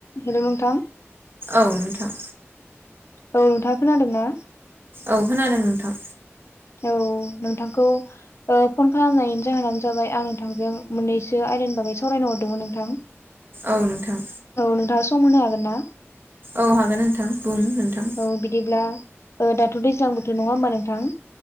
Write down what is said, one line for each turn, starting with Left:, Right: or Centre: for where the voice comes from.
Left: हेल' नोंथां।
Right: औ नोंथां।
Left: औ नोंथाङा खोनादोंना?
Right: औ खोनादों नोंथां
Left: औ नोंथांखौ ओ फन खालामनायनि जाहोनानो जाबाय आं नोंथांजों मोननैसो आयदानि बागै सावरायनो हरदोंमोन नोंथां। <inaudible>
Right: औ नोंथां।
Left: औ नोंथां सम होनो हागोन ना?
Right: औ हागोन नोंथां बुं नोंथां।
Left: औ बिदिब्ला दाथ' दैज्लां बोथोर नङा होमबा नोंथां?